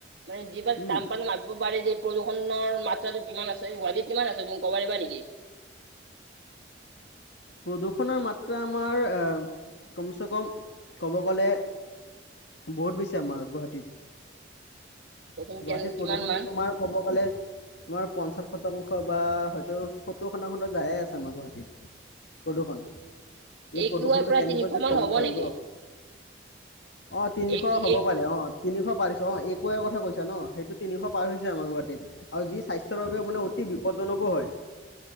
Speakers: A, on the right; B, on the left.
A: মানে যিবাৰ
B: উম
A: <unintelligible> মাতব পাৰে যে প্ৰদূষণৰ মাত্ৰাটো কিমান আছে। গুৱাহাটীত কিমান আছে তুযি ক'ব পাৰিবা নেকি?
B: প্ৰদূষণৰ মাত্ৰা আমাৰ এ, কমচে কম ক'ব গ'লে বহুত বেছি আমাৰ গুৱাহাটীত,
A: প্ৰদূষণ
B: গুৱাহাটীত
A: কেন- কিমান
B: প্ৰদূৰ্ষণটো
A: মান
B: তোমাৰ ক'ব গলে তোমাৰ পঞ্চাশ শতাংশ, বা হয়তো সত্তৰ শতাংশটো যায়ে আছে আমাৰ গুৱাহাটীত। প্ৰদূৰ্ষণ, এই
A: এ
B: প্ৰদূৰ্ষণটো
A: কিউ আই প্ৰায়
B: কেনেকৈ
A: তিনিশ
B: যে
A: মান
B: কমাব
A: হ'ব
B: পাৰিব!
A: নেকি?
B: অ', তিনিশ
A: এক
B: হ'ব
A: এক
B: পাৰে অ'। তিনিশ পাৰিছে অ', এক ৱেৰ কথা কৈছা ন? সেইটো তিনিশ পাৰ হৈছে আমাৰ গুৱাহাটীত। আৰু যি স্বাস্থ্যৰ বাবে মানে অতি বিপদজনকো হয়।